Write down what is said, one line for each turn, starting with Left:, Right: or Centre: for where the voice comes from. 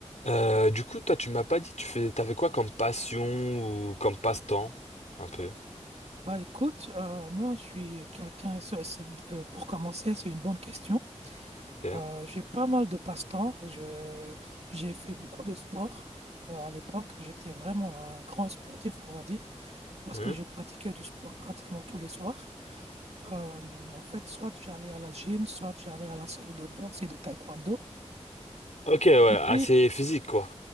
Left: Euh, du coup, toi, tu m'as pas dit, tu fais, t'avais quoi comme passion ou comme passe-temps, un peu.
Right: Bah écoute, euh, moi je suis quelqu'un, c'est- c'est- euh, pour commencer, c'est une bonne question.
Left: Ok,
Right: Euh, j'ai pas mal de passe-temps. Je, j'ai fait beaucoup de sport. Euh, à l'époque, j'étais vraiment un grand sportif, on va dire, parce
Left: Hmm.
Right: que je pratiquais du sport pratiquement tous les soirs. Euh, en fait, soit j'allais à la gym, soit j'allais à la salle de boxe et de taekwondo.
Left: Ok, ouais,
Right: Et
Left: assez
Right: puis,
Left: physique, quoi.